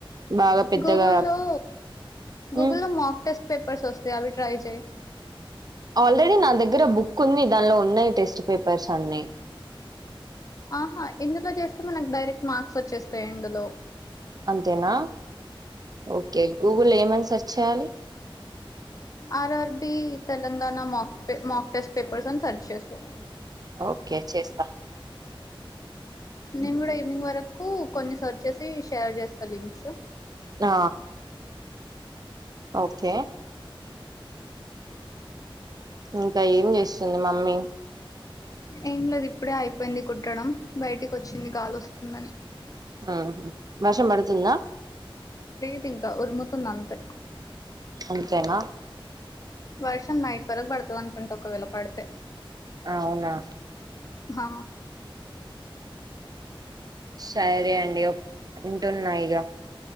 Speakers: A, on the right; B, on the left.
A: బాగా పెద్దగా
B: గూగుల్లో గూగుల్లో
A: ఉమ్
B: లో మాక్ టెస్ట్ పేపర్స్ వస్తాయి అవి ట్రై చెయి
A: ఆల్రెడీ నా దగ్గర బుక్ ఉంది దానిలో ఉన్నాయి టెస్ట్ పేపర్స్ అన్ని
B: ఆహా ఇందులో చేస్తే మనకు డైరెక్ట్ మార్క్స్ వచ్చేస్తాయి ఎండ్ లో
A: అంతేనా ఓకే గూగుల్లో ఏమని సెర్చ్ చేయాలి
B: RRB Telangana mock mock test papers అని సెర్చ్ చేసేది
A: ఓకే చేస్తా
B: నేను కూడా ఈవినింగ్ వరకు కొన్ని సర్ వచ్చేసి షేర్ చేస్తా లింక్స్
A: ఆ ఓకే ఇంకా ఏం చేస్తుంది మమ్మీ
B: ఏం లేదు ఇప్పుడే అయిపోయింది కుట్టడం బయటికి వచ్చింది గాలి వస్తుందని
A: ఆ వర్షం పడుతుందా
B: లేదు ఇంకా ఉరుముతుంది అంతే
A: అంతేనా
B: వర్షం నైట్ వరకు పడుతది అనుకుంట ఒకవేళ పడితే
A: అవునా
B: హ
A: సరే అండి ఉంటున్నా ఇక